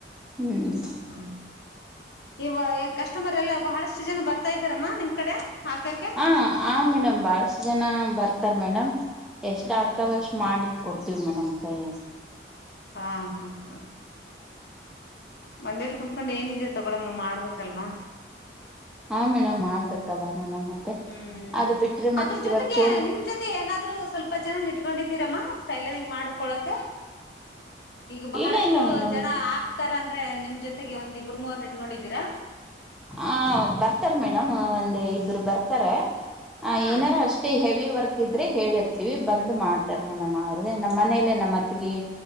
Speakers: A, in the centre; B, on the left (about 65°).
A: ಹ್ಮ್.
B: ಹ ಹಾ ಇವ ಕಸ್ಟಮರ್ ಎಲ್ಲ ಬಹಳಷ್ಟು ಜನ ಬರ್ತಾ ಇದ್ದಾರಮ್ಮ ನಿಮ್ ಕಡೆ. ಹಾಕಕ್ಕೆ
A: ಹ ಆ ಮೇಡಮ್ ಬಾಳಷ್ಟ ಜನ ಬರ್ತಾರ ಮೇಡಮ್ ಎಷ್ಟ
B: ಹ್ಮ್
A: ಆಗ್ತವ ಅಷ್ಟ್ ಮಾಡಿ. ಕೊಡ್ತೀವಿ ಮೇಡಮ್ ಕೈ.
B: ಹಾ ಹಾ ಹಾ. ಮನೇಲಿ ಕುತ್ಕೊಂಡು ಏನಿದೆ ತಗೊಳಮ್ಮ ಮಾಡ್ಬೇಕಲ್ವಾ.
A: ಹ ಮೇಡಮ್ ಮಾಡ್ಬೇಕಲ್ಲ. ಮೇಡಮ್ ಮತ್ತೆ
B: ಹ್ಮ್
A: ಅದು ಬಿಟ್ರೆ ಮತ್ತೆ
B: ಅದ್ರ ಜೊತೆಗೆ
A: ಇವಾಗ ಚೋಲಿ
B: ನಿಮ್ ಜೊತೆ ಏನಾದ್ರರು ಸ್ವಲ್ಪ ಜನ ಇಟ್ಕೊಂಡಿದ. ಇದಿರಮ್ಮ ಟೈಲರಿಂಗ್ ಮಾಡ್ಕೊಳಕ. ಈಗ ಬಹಳಷ್ಟು
A: ಇಲ್ಲ ಇಲ್ಲ ಮೇಡಮ್
B: ಜನ ಆಗ್ತಾರ ಅಂದ್ರೆ ನಿಮ್ ಜೊತೆಗೆ ಒಂದ್ ಇಬರು ಮೂವರ್ನ ಇಟ್ಕೊಂಡಿದ್ದೀರಾ.
A: ಹ ಬರ್ತಾರ ಮೇಡಮ್ ಒಂದ್ ಇಬ್ರು ಬರ್ತಾರ. ಹ
B: ಹಾ
A: ಏನಾರ ಅಷ್ಟೇ ಹೆವಿ ವರ್ಕ್. ಇದ್ರೆ ಹೇಳಿರ್ತೀವಿ ಬಂದ್ ಮಾಡ್ತಾರ ಮೇಡಮ್ ಅವ್ರ ನಮ್ಮ ಮನೇಲೆೇ ನಮ್ಮ ಅತ್ತಗಿ.